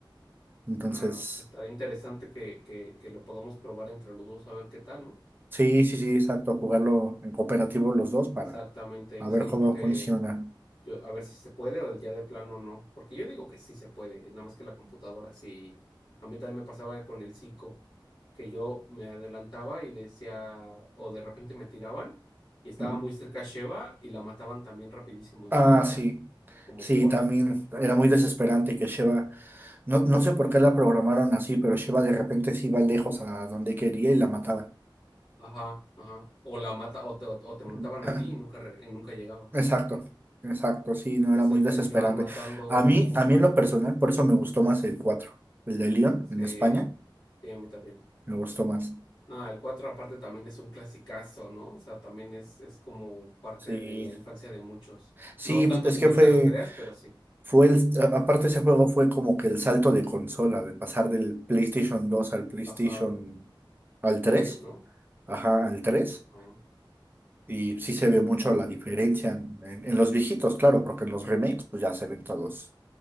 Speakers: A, on the right (about 25°); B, on the left (about 70°).
A: Entonces,
B: Ah, pues estará interesante que, que, que lo podamos probar entre los dos a ver qué tal, ¿no?
A: sí, sí, sí, exacto, jugarlo en cooperativo los dos para
B: Exactamente,
A: a ver
B: sí,
A: cómo
B: porque
A: funciona.
B: yo, a ver si se puede o ya de plano no. Porque yo digo que sí se puede, nada más que la computadora sí. A mí también me pasaba con el cinco que yo me adelantaba y decía, o de repente me tiraban y estaba
A: Ujú.
B: muy cerca Sheva y la mataban también rapidísimo. Entonces
A: Ah,
B: yo decía,
A: sí.
B: como
A: Sí,
B: por.
A: también era muy desesperante que Sheva, no, no sé por qué la programaron así, pero Sheva de repente se iba lejos a donde quería y la mataban.
B: Ajá, ajá. O la mata, o te, o
A: <clears throat>
B: te mataban a ti y nunca, re- y nunca llegaba.
A: Exacto, exacto, sí, no
B: Entonces
A: era muy desesperante.
B: terminaban matando
A: A mí,
B: mucho.
A: a mí en lo personal, por eso me gustó más el 4, el de León
B: Sí,
A: en España,
B: sí, a mí también.
A: me gustó más.
B: Nada, el 4 aparte también es un clasicazo, ¿no? O sea, también es, es como parte
A: Sí,
B: de la infancia de muchos.
A: sí,
B: No tanto
A: pues, es
B: como
A: que
B: el
A: fue,
B: San Andreas, pero sí.
A: fue el, a- aparte ese juego fue como que el salto de consola, de pasar del PlayStation dos al PlayStation,
B: Ajá,
A: al 3,
B: 3 ¿no?
A: ajá, al 3.
B: Ajá.
A: y sí se ve mucho la diferencia en, en- en los viejitos, claro, porque en los remakes pues ya se ven todos